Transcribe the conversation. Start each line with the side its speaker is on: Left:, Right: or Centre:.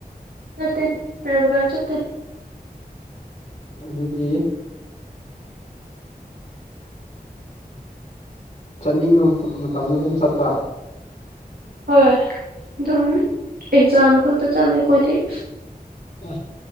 Right: ꯅꯠꯇꯦ ꯔꯦꯒꯨꯂꯔ ꯆꯠꯇꯦ
Left: ꯑꯗꯨꯗꯤ ꯆꯠꯅꯤꯡꯕ ꯃꯇꯝꯗ ꯑꯗꯨꯝ ꯆꯠꯄ
Right: ꯍꯣꯏ ꯑꯗꯨꯝ ꯑꯦꯛꯖꯥꯝ ꯈꯛꯇ ꯆꯠꯂꯦ ꯑꯩꯈꯣꯏꯗꯤ
Left: ꯑ